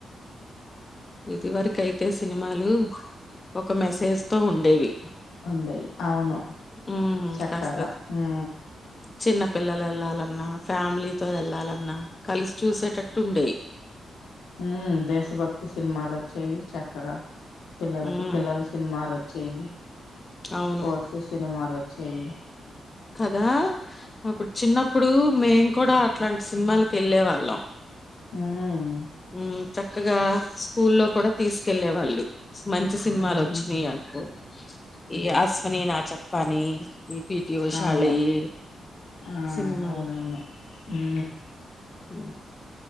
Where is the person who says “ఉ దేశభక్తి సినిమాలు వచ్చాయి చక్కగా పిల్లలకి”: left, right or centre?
Left